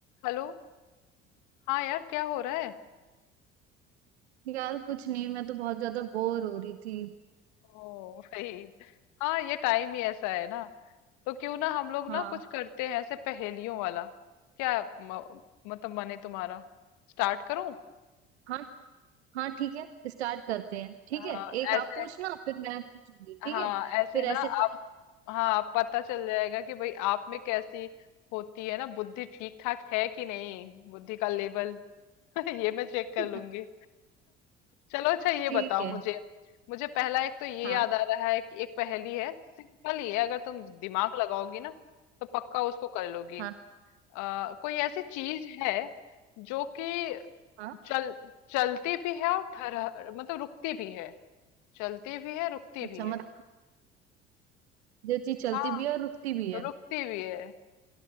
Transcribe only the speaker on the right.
यार कुछ नहीं मैं तो बहुत ज्यादा बोर हो रही थी
हाँ
हाँ हाँ ठीक है स्टार्ट करते हैं ठीक
है एक आप
पूछना फिर मैं पूछूंगी ठीक
है
फिर
ऐसे टाइम
<laughs>
ठीक
है
हाँ
हाँ
हाँ
अच्छा
मतलब जो चीज चलती
भी है और रुकती भी है